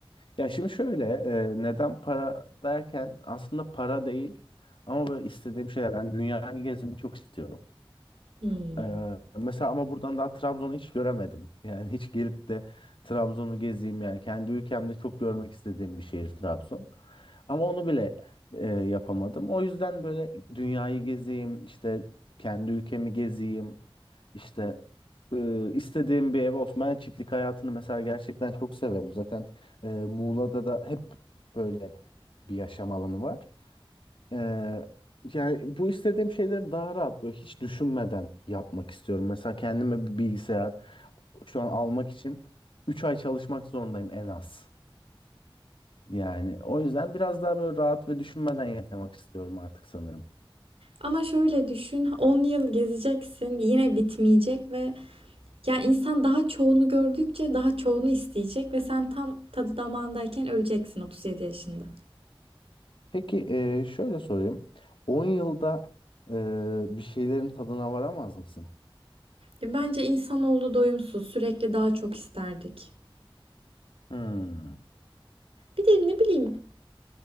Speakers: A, on the left; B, on the right.
A: Ya şimdi şöyle e, neden para derken aslında para değil ama böyle istediğim şeyler. Ben dünyayı gezmeyi çok istiyorum.
B: Hmm.
A: Ee, mesela ama buradan daha Trabzon'u hiç göremedim. Yani hiç gelip de Trabzon'u gezeyim yani kendi ülkemde çok görmek istediğim bir şehir Trabzon. Ama onu bile e, yapamadım. O yüzden böyle dünyayı gezeyim, işte kendi ülkemi gezeyim, işte e, istediğim bir ev Osmanlı çiftlik hayatını mesela gerçekten çok severim. Zaten e, Muğla'da da hep böyle bir yaşam alanı var. Ee, yani bu istediğim şeyleri daha rahat böyle hiç düşünmeden yapmak istiyorum. Mesela kendime bir bilgisayar şu an almak için 3 ay çalışmak zorundayım en az. Yani o yüzden biraz daha böyle rahat ve düşünmeden yaşamak istiyorum artık sanırım.
B: Ama şöyle düşün, 10 yıl gezeceksin, yine bitmeyecek ve ya insan daha çoğunu gördükçe daha çoğunu isteyecek ve sen tam tadı damağındayken öleceksin 37 yaşında.
A: Peki e, şöyle sorayım. on yılda e, bir şeylerin tadına varamaz mısın?
B: Ya Bence insanoğlu doyumsuz, sürekli daha çok isterdik.
A: Hmm.
B: Bir de ne bileyim,